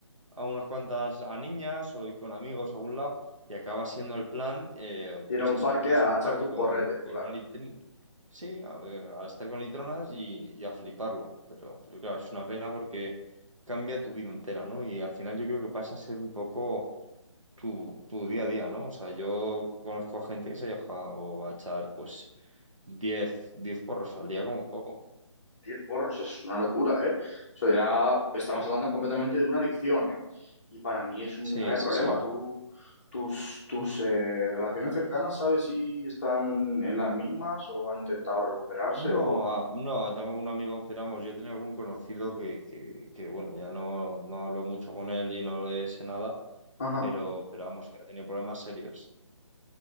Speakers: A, on the right (about 85°); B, on the left (about 25°).
A: a unas cuantas a niñas o ir con amigos a algún lado y acaba siendo el plan, eh, pues
B: Ir a un
A: eso,
B: parque
A: irse
B: a
A: a un
B: echarte
A: parque
B: un
A: con,
B: porrete,
A: con
B: claro.
A: una litrina. Sí, a, ver, a estar con litronas y, y a fliparlo. Pero, pero claro, es una pena porque cambia tu vida entera, ¿no? Y al final yo creo que pasa a ser un poco tu, tu día a día, ¿no? O sea, yo conozco gente que se ha dejado a echar pues diez diez porros al día como poco.
B: 10 porros, es una locura, ¿eh? Eso ya estamos
A: Sí.
B: hablando completamente de una adicción, ¿eh? Y para mí es un
A: Sí,
B: grave
A: sí,
B: problema.
A: sí.
B: Tú, tus tus eh, relaciones cercanas, ¿sabes si están en las mismas o han intentado recuperarse
A: No,
B: o...
A: a- no, tengo un amigo, piramos, yo tenía algún conocido que, que, que, bueno, ya no, no hablo mucho con él y no le sé nada,
B: Ajá.
A: pero, pero vamos, que ha tenido problemas serios.